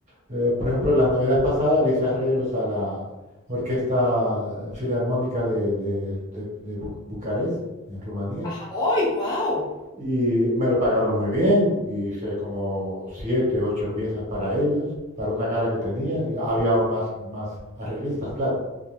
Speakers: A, on the right; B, on the left.
A: eh, por ejemplo, las navidades pasadas le hice arreglos a la Orquesta Filarmónica de, de- de- de Bucarest, en Rumanía,
B: Ajá. ¡Ay, wow!
A: y me lo pagaron muy bien, hice como siete, ocho piezas para ellos, para una gala que tenían, y había más, más arreglistas, claro.